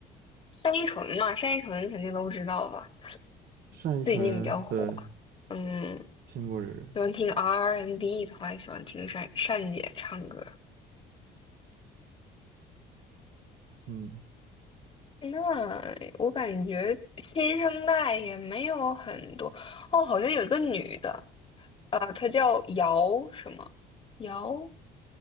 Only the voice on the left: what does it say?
单依纯嘛，单依纯肯定都知道吧。
最近比较火，
嗯，
喜欢听 R&B N 的话，也喜欢听单单姐唱歌。
那我感觉新生代也没有很多哦，好像有一个女的，呃，她叫姚什么？姚